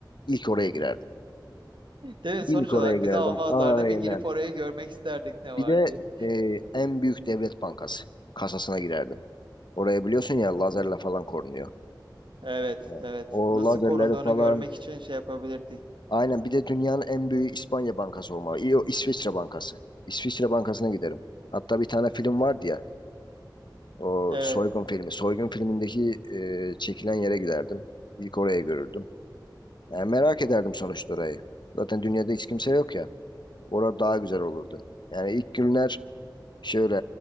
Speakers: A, on the left (about 70°); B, on the right (about 80°).
A: İlk oraya girerdim.
B: Değil mi?
A: İlk
B: Sonuç
A: oraya
B: olarak
A: girerdim.
B: bizi almazlardı.
A: Aynen.
B: Bir girip orayı görmek isterdik ne
A: Bir
B: var
A: de
B: diye.
A: e, en büyük devlet bankası kasasına girerdim. Oraya biliyorsun ya lazerle falan korunuyor.
B: Evet,
A: Evet.
B: evet.
A: O
B: Nasıl
A: lazerleri
B: korunduğunu
A: falan
B: görmek için şey yapabilirdik.
A: aynen bir de dünyanın en büyük İspanya bankası olmalı. İyi, o İsviçre bankası. İsviçre bankasına giderim. Hatta bir tane film vardı ya. O
B: Evet,
A: soygun filmi. Soygun filmindeki e, çekilen yere giderdim. İlk oraya görürdüm. Yani merak ederdim sonuçta orayı. Zaten dünyada hiç kimse yok ya. Orada daha güzel olurdu. Yani ilk günler şöyle